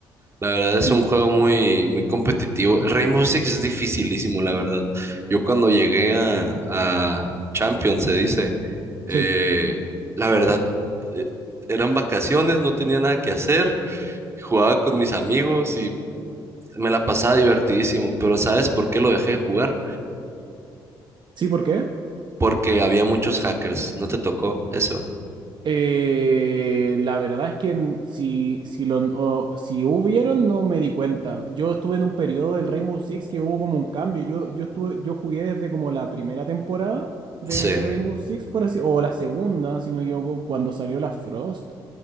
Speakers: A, on the right; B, on the right.
A: La verdad
B: sí,
A: es un juego muy, muy competitivo. El Rainbow Six es dificilísimo, la verdad. Yo cuando llegué a, a Champions, se dice,
B: sí.
A: eh, la verdad, eh, eran vacaciones, no tenía nada que hacer, jugaba con mis amigos y me la pasaba divertidísimo. Pero ¿sabes por qué lo dejé de jugar?
B: Sí, ¿por qué?
A: Porque había muchos hackers, no te tocó eso.
B: Eh, la verdad es que n- si, si, lo, o- si hubieron, no me di cuenta. Yo estuve en un periodo del Rainbow Six que hubo como un cambio. Yo, yo estuve, yo jugué desde como la primera temporada de
A: Sí.
B: Rainbow Six, por así, o la segunda, si no me equivoco, cuando salió la Frost.